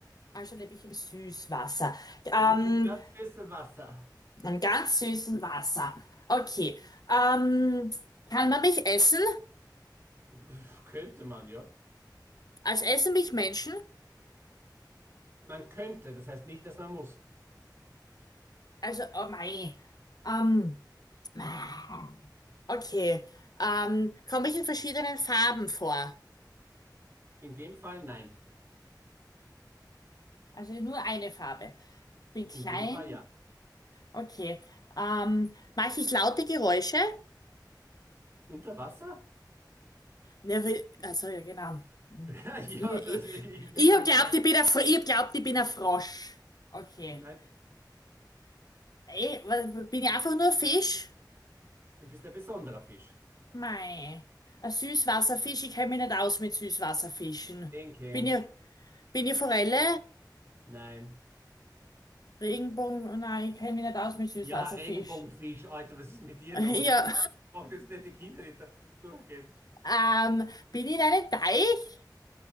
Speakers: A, on the left (about 55°); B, on the right (about 30°).
A: Also lebe ich im Süßwasser. Ähm,
B: Du lebst im ganz süßen Wasser.
A: Einen ganz süßen Wasser. Okay. Ähm, kann man mich essen?
B: <laughs> Könnte man, ja.
A: Also essen mich Menschen?
B: Man könnte, das heißt nicht, dass man muss.
A: Also, oh mein. Ähm, ah, okay. Ähm, komme ich in verschiedenen Farben vor?
B: In dem Fall nein.
A: Also nur eine Farbe. Ich bin klein.
B: In dem Fall ja.
A: Okay. Ähm, mache ich laute Geräusche?
B: Unter Wasser?
A: Ne, wie- also ja, genau.
B: <laughs> Ja,
A: Ich, ich,
B: das, ich würde
A: ich
B: sagen,
A: hab glaubt,
B: nein.
A: ich bin ein, Fr- ich hab glaubt, ich bin ein Frosch. Okay.
B: Nein,
A: Ey, wa- bin ich einfach nur ein Fisch?
B: du bist ein besonderer Fisch.
A: Mei, ein Süßwasserfisch, ich kenne mich nicht aus mit Süßwasserfischen.
B: Den kennst.
A: Bin ich, bin ich Forelle?
B: Nein.
A: Regenbogen? Nein, ich kenne mich nicht aus mit Süßwasserfisch.
B: Ja, Regenbogenfisch,
A: <laughs>
B: Alter, was ist mit dir
A: Ja,
B: los? Ich brauche jetzt nicht die Kinder, die Kinderliteratur durchgehen.
A: ähm, bin ich in einem Teich?